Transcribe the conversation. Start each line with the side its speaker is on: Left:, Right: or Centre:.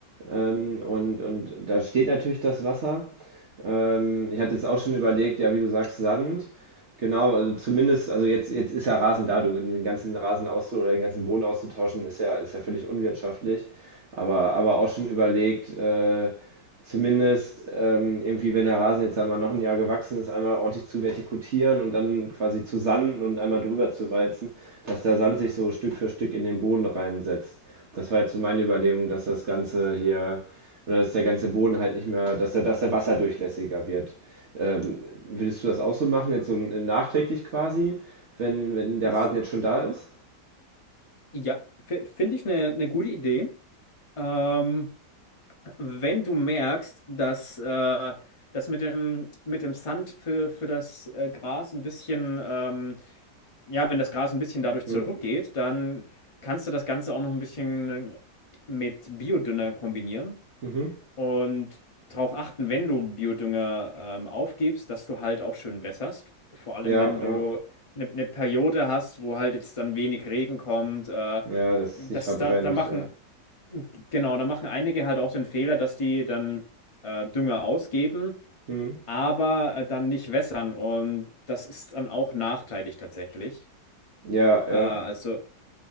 Right: Ähm, und, und da steht natürlich das Wasser. Ähm, ich hatte jetzt auch schon überlegt, ja, wie du sagst, Sand. Genau, also zumindest, also jetzt, jetzt ist ja Rasen da, du, den ganzen Rasen auszu oder den ganzen Boden auszutauschen, ist ja, ist ja völlig unwirtschaftlich. Aber, aber auch schon überlegt, äh, zumindest ähm, irgendwie, wenn der Rasen jetzt einmal noch ein Jahr gewachsen ist, einmal ordentlich zu vertikutieren und dann quasi zu sanden und einmal drüber zu walzen, dass der Sand sich so Stück für Stück in den Boden reinsetzt. Das war jetzt so meine Überlegung, dass das Ganze hier, oder dass der ganze Boden halt nicht mehr, dass der, dass der wasserdurchlässiger wird. Ähm, würdest du das auch so machen, jetzt so nachträglich quasi, wenn, wenn der
Left: Ist,
Right: Rasen jetzt schon da ist?
Left: ja, f- finde ich eine, eine gute Idee. Ähm, wenn du merkst, dass äh, das mit dem, mit dem Sand für, für das äh, Gras ein bisschen, ähm, ja, wenn das Gras ein bisschen dadurch
Right: Hm.
Left: zurückgeht, dann kannst du das Ganze auch noch ein bisschen mit Biodünger kombinieren
Right: Mhm.
Left: und darauf achten, wenn du Biodünger ähm, aufgibst, dass du halt auch schön wässerst. Vor allem,
Right: Ja,
Left: wenn
Right: äh,
Left: du eine, eine Periode hast, wo halt jetzt dann wenig Regen kommt. Äh,
Right: ja, dass
Left: das,
Right: es nicht verbrennt.
Left: da, da machen
Right: Ja,
Left: Genau, da machen einige halt auch den Fehler, dass die dann äh, Dünger ausgeben,
Right: hm.
Left: aber äh, dann nicht wässern und das ist dann auch nachteilig tatsächlich.
Right: Ja,
Left: Äh,
Right: ja.
Left: also